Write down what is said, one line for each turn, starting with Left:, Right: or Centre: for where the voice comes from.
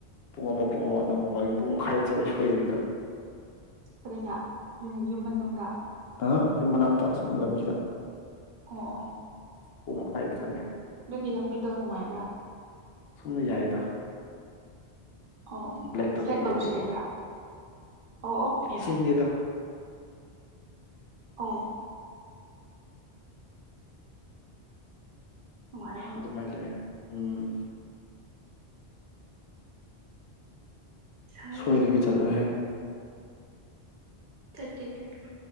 Left: ꯄꯨꯡ ꯑꯃ ꯄꯨꯡ ꯑꯃ ꯅꯣꯡꯒꯨꯝꯕꯒꯤ ꯄꯨꯡ ꯃꯈꯥꯏꯗ ꯆꯠꯂ ꯁꯣꯏꯗꯕꯤꯗ
Right: ꯀꯔꯤꯅ ꯌꯨꯝ ꯌꯨꯝ ꯃꯅꯨꯡꯗ
Left: ꯑꯥ ꯌꯥꯝ ꯃꯅꯥꯛꯗ ꯑ ꯂꯝꯖꯗ
Right: ꯍbbbb
Left: ꯄ ꯃꯈꯥꯏꯒꯤ ꯆꯠꯂꯦ
Right: ꯑꯗꯨꯒꯤ ꯂꯝꯕꯤꯗꯣ ꯅꯨꯡꯉꯥꯏꯕ꯭ꯔꯥ
Left: ꯁꯨꯝꯅ ꯌꯥꯏꯗ
Right: ꯑꯣ
Left: ꯕ꯭ꯂꯦꯛ ꯇꯣꯞꯄꯤꯡ
Right: ꯐ꯭ꯂꯦꯠ ꯑꯣꯏꯕꯁꯨ
Left: ꯂꯩꯌꯦꯕ
Right: ꯂꯩꯕ꯭ꯔꯥ ꯑꯣ ꯑꯣ ꯑꯦꯌꯥ
Left: ꯆꯤꯡꯅꯤꯗ
Right: ꯑꯣ ꯅꯨꯡꯉꯥꯏꯔꯝꯅꯤ
Left: ꯑꯗꯨꯃ ꯂꯩꯦ ꯎꯝ
Right: ꯁꯥꯏ
Left: ꯁꯣꯏꯗꯕꯤ ꯆꯂꯣꯍꯦ
Right: ꯆꯠꯀꯦ ꯆꯠꯀꯦ